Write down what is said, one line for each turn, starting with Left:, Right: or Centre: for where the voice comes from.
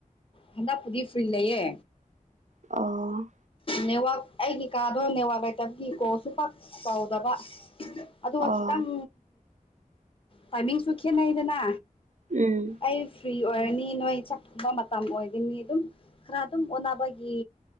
Left: ꯍꯟꯗ ꯐꯨꯗꯤ ꯐꯨꯔꯤ ꯂꯩꯌꯦ
Right: ꯑ
Left: ꯅꯦꯋꯥꯥꯛ ꯑꯩꯒꯤ ꯀꯥꯗꯣ ꯅꯦꯋꯥꯥꯛ ꯂꯩꯇꯕꯒꯤ ꯀꯣ ꯁꯨ ꯄꯥꯛ ꯀꯥꯎꯗꯕ ꯑꯗꯨꯒ
Right: ꯑꯣ
Left: ꯈꯤꯇꯪ ꯇꯥꯏꯃꯤꯡꯁꯨ ꯈꯦꯠꯅꯩꯗꯅ
Right: ꯎꯝ
Left: ꯑꯩ ꯐ꯭ꯔꯤ ꯑꯣꯏꯔꯅꯤ ꯅꯣꯏ ꯆꯠꯕ ꯃꯇꯝ ꯑꯣꯏꯒꯅꯤ ꯑꯗꯨꯝ ꯈꯔ ꯑꯗꯨꯝ ꯑꯣꯅꯕꯒꯤ